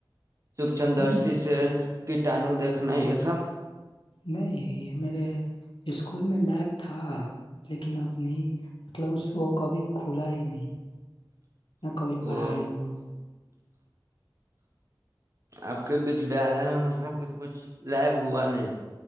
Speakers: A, on the right; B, on the left.
A: سوکچند درش
B: نہیں
A: سے کٹاانو دیکھنا یہ سب
B: نہیں میرے اسکول میں لیب تھا لیکن اب نہیں مطلب اس کو کبھی کھلا ہی نہیں نہ کبھی
A: او
B: پڑھا ہی ہوا
A: آپ کے ودیالیہ میں مطلب کہ کچھ لیب ہوا نہیں